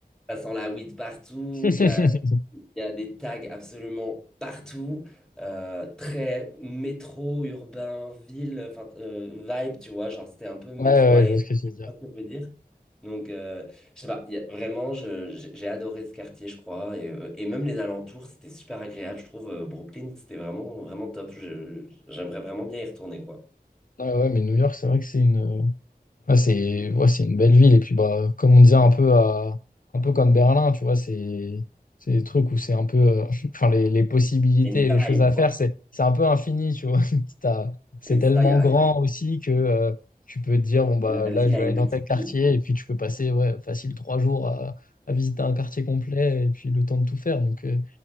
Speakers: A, in the centre; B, on the left (about 60°).
A: ça sent la weed partout,
B: <laughs>
A: il y a, il y a des tags absolument partout, euh, très métro, urbain, ville, enfin euh, vibe, tu vois, genre c'était un peu métro
B: Ouais, ouais,
A: aérien,
B: je vois ce que tu veux dire.
A: je sais pas si on peut dire. Donc, euh, je sais pas, il y a- vraiment, je- j'ai j'ai adoré ce quartier, je crois, et, euh, et même les alentours, c'était super agréable, je trouve. euh, Brooklyn, c'était vraiment, vraiment top. Je- j'aimerais vraiment bien y retourner, quoi.
B: Ah ouais, mais New York, c'est vrai que c'est une, euh, ah, c'est, ouais, c'est une belle ville. Et puis, bah, comme on disait un peu à, un peu comme Berlin, tu vois, c'est, c'est des trucs où c'est un peu, euh, <laughs> enfin, les, les possibilités
A: Il y a une
B: et les choses
A: vibe,
B: à
A: quoi.
B: faire, c'est, c'est un peu infini, tu vois. <laughs> T'as- C'est
A: Et
B: tellement
A: ça, il y a,
B: grand
A: il
B: aussi que, euh, tu peux te dire, bon, bah,
A: y a- la
B: là,
A: ville
B: je
A: a
B: vais
A: une
B: aller dans
A: attitude.
B: tel quartier.
A: quoi.
B: Et puis, tu peux passer, ouais, facile trois jours à, à visiter un quartier complet et puis le temps de tout faire. Donc, euh,